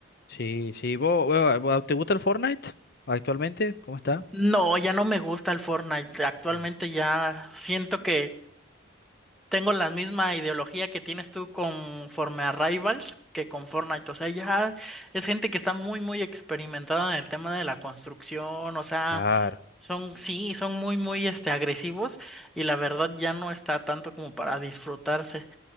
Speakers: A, on the left (about 50°); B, in the centre.
A: Sí, sí. ¿Vos, vos- vos- te gusta el Fortnite actualmente? ¿Cómo está?
B: No, ya no me gusta el Fortnite. Actualmente
A: Mm.
B: ya siento que tengo la misma ideología que tienes tú conforme a Rivals que con Fortnite, o sea, ya es gente que está muy muy experimentada en el tema de la construcción, o sea,
A: Claro.
B: Son, sí, son muy, muy, este, agresivos y la verdad ya no está tanto como para disfrutarse.